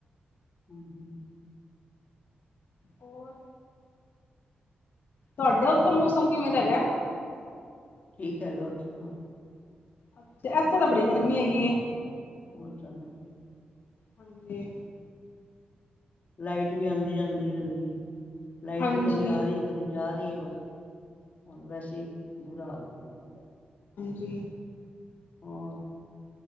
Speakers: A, on the left (about 45°); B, on the left (about 75°).
A: ਹਮ-ਹਮ।
B: ਹੋਰ। ਤੁਹਾਡੇ ਉੱਥੇ ਮੌਸਮ ਕਿਵੇਂ ਦਾ ਹੇਗਾ।
A: ਠੀਕ ਹੈਗਾ ਉੱਥੋਂ ਤਾਂ।
B: ਅੱਛਾ, ਇੱਥੇ
A: ਉੱਥੇ
B: ਤਾਂ ਬੜੀ
A: ਠੀਕ
B: ਗਰਮੀ ਹੈਗੀ।
A: ਹੈ ਬਹੁਤ ਜ਼ਿਆਦਾ।
B: ਹਾਂਜੀ
A: ਲਾਈਟ ਵੀ ਆਉਂਦੀ ਜਾਂਦੀ ਰਹਿੰਦੀ। ਲਾਈਟ
B: ਹਾਂਜੀ
A: ਵੀ ਕਦੀ ਆ ਰਹੀ ਕਦੀ ਜਾ ਰਹੀ ਹੈ ਬਸ ਵੈਸੇ ਹੀ ਬੁਰਾ ਹਾਲ ਹੋ ਜਾਂਦਾ।
B: ਜੀ।
A: ਹੋਰ।